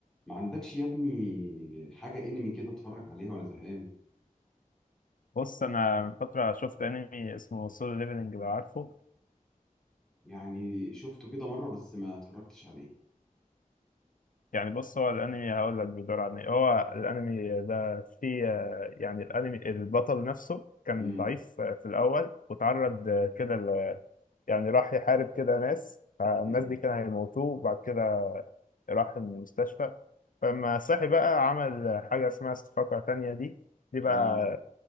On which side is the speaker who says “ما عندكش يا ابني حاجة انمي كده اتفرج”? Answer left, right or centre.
Centre